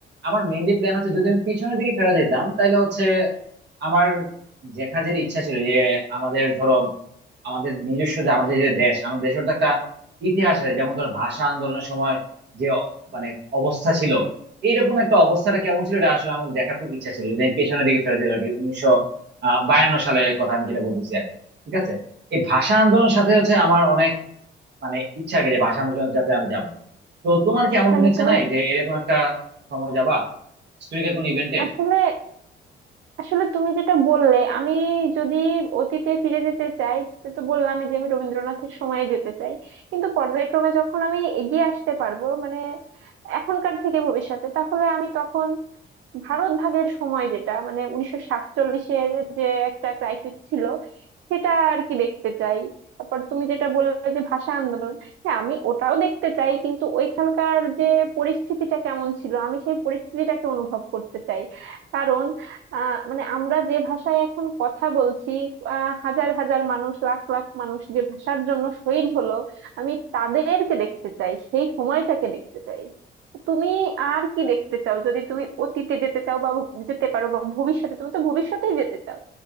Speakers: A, on the right; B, on the right.
A: আমার মেইনলি প্ল্যান হচ্ছে যদি আমি পিছনের দিকে ফেরা যেতাম তাহলে হচ্ছে আমার দেখার যেটা ইচ্ছা ছিল যে আমাদের ধরো আমাদের নিজস্ব যে আমাদের যে দেশ আমাদের দেশের তো একটা ইতিহাস আছে যেমন ধরো ভাষা আন্দোলনের সময় যে অ- মানে অবস্থা ছিল এইরকম একটা অবস্থাটা কেমন ছিল এটা আসলে আমার দেখার খুব ইচ্ছা ছিল যদি আমি পেছনের দিকে ফেরা যেতাম আর কি উনিশশো আহ বায়ান্ন সালের কথা আমি যেটা বলতেছি আর কি ঠিক আছে এই ভাষা আন্দোলনের সাথে হচ্ছে আমার অনেক মানে ইচ্ছা আর কি যে ভাষা অনুশীলন যাতে আমি যাব তো তোমার কি এমন
B: মানে
A: কোনো ইচ্ছা
B: তুমি
A: নাই যে এরকম একটা সময় যাবা হিস্টোরিক্যাল কোনো ইভেন্টে
B: আসলে আসলে তুমি যেটা বললে আমি যদি অতীতে ফিরে যেতে চাই সে তো বললামই যে আমি রবীন্দ্রনাথের সময়ে যেতে চাই কিন্তু পর্যায়ক্রমে যখন আমি এগিয়ে আসতে পারবো মানে এখনকার থেকে ভবিষ্যতে তাহলে আমি তখন ভারত ভাগের সময় যেটা মানে উনিশশো সাতচল্লিশের যে একটা ক্রাইসিস ছিল সেটা আর কি দেখতে চাই তারপর তুমি যেটা বললে যে ভাষা আন্দোলন হ্যাঁ আমি ওটাও দেখতে চাই কিন্তু ওইখানকার যে পরিস্থিতিটা কেমন ছিল আমি সেই পরিস্থিতিটাকে অনুভব করতে চাই কারণ আহ মানে আমরা যে ভাষায় এখন কথা বলছি আহ হাজার হাজার মানুষ লাখ লাখ মানুষ যে ভাষার জন্য শহীদ হলো আমি তাদেরকে দেখতে চাই সেই সময়টাকে দেখতে চাই তুমি আর কি দেখতে চাও যদি তুমি অতীতে যেতে চাও বা ভ- যেতে পারো বা ভবিষ্যতে তুমি তো ভবিষ্যতেই যেতে চাও